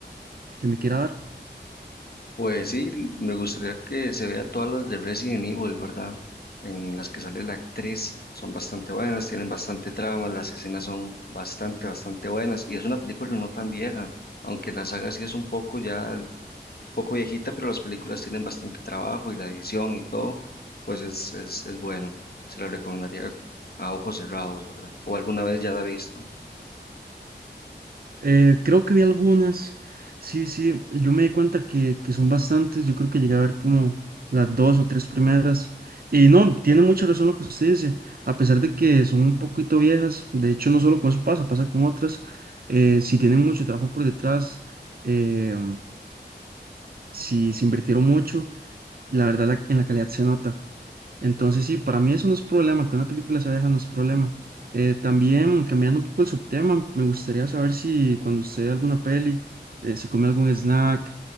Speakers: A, on the right (about 55°); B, on the left (about 60°).
A: que me quiera dar.
B: Pues sí, me gustaría que se vea todas las de Resident Evil, ¿verdad? En las que sale la actriz, son bastante buenas, tienen bastante trama, las escenas son bastante, bastante buenas y es una película no tan vieja, aunque la saga sí es un poco ya, poco viejita, pero las películas tienen bastante trabajo y la edición y todo, pues es, es, es bueno. Se la recomendaría a ojos cerrados, ¿verdad? O alguna vez ya la he visto.
A: Eh, creo que vi algunas. Sí, sí, yo me di cuenta que, que son bastantes. Yo creo que llegué a ver como las dos o tres primeras. Y no, tiene mucha razón lo que usted dice. A pesar de que son un poquito viejas, de hecho, no solo con eso pasa, pasa con otras. eh, si tienen mucho trabajo por detrás, eh, si se invirtieron mucho, la verdad la- en la calidad se nota. Entonces, sí, para mí eso no es problema, que una película sea vieja no es problema. Eh, también, cambiando un poco el subtema, me gustaría saber si cuando usted ve alguna peli, eh, se come algún snack,